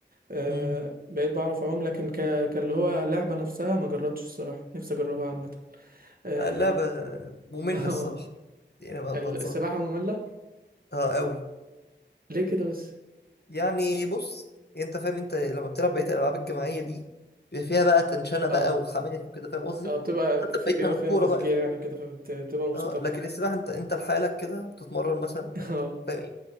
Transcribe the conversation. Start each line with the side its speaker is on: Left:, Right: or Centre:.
Right: آه،
Left: امم
Right: بقيت بعرف اعوم لكن ك... كاللي هو لعبة نفسها ما جربتش الصراحة نفسي اجربها عامة اه
Left: بقى اللعبة مملة
Right: <laughs>
Left: الصراحة
Right: آه،
Left: يعني ما
Right: السباحة
Left: ما أنصحك
Right: مملة
Left: أه قوي
Right: ليه كده بس
Left: يعني بص انت فاهم انت لما بتلعب بقيه الالعاب الجماعيه دي بيبقى فيها بقى تنشنه بقى
Right: اه
Left: وحماس وكده فاهم قصدي
Right: اه بتبقى
Left: حتى
Right: في
Left: بعيد
Right: بيبقى
Left: عن الكوره
Right: فيها تشجيع
Left: بقى
Right: يعني كده فبتبقى مبسوطة
Left: اه
Right: أكتر
Left: لكن السباحه انت انت لحالك كده وبتتمرن مثلا
Right: <laughs>
Left: آه،
Right: اه
Left: فاهم ايه